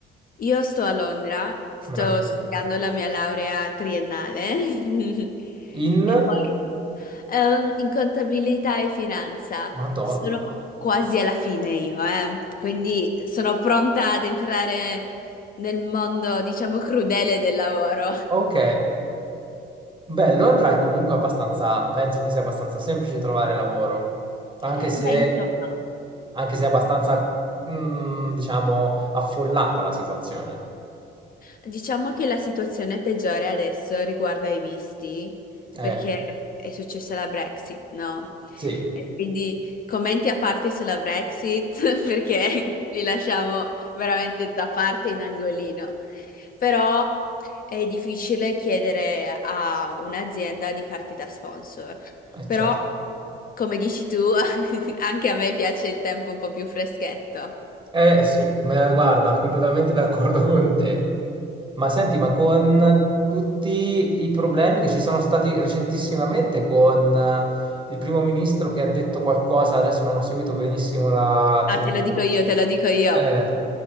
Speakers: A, on the left; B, on the right.
A: Io sto a Londra, sto
B: Meraviglioso.
A: studiando la mia laurea triennale <laughs>
B: In
A: e poi Ehm, in contabilità e finanza
B: Madonna.
A: sono quasi alla fine io, eh. Quindi sono pronta ad entrare nel mondo, diciamo, crudele del lavoro.
B: Ok. Beh, Londra è comunque abbastanza, penso che sia abbastanza semplice trovare lavoro, anche
A: <laughs>
B: se,
A: Beh, insomma.
B: anche se è abbastanza, mm, diciamo, affollata la situazione.
A: Diciamo che la situazione peggiore adesso riguarda i visti,
B: Eh,
A: perché è successa la Brexit, no?
B: sì,
A: E quindi commenti a parte sulla Brexit, <laughs> perché li lasciamo veramente da parte in angolino. Però è difficile chiedere a un'azienda di farti da sponsor.
B: è
A: Però,
B: certo.
A: come dici tu, <laughs> anche a me piace il tempo un po' più freschetto.
B: Eh sì, ma guarda, completamente d'accordo <laughs> con te. Ma senti, ma con tutti i problemi che ci sono stati recentissimamente con eh, il primo ministro che ha detto qualcosa, adesso non ho seguito benissimo la
A: Ah,
B: TV,
A: te lo dico io, te lo dico io.
B: eh,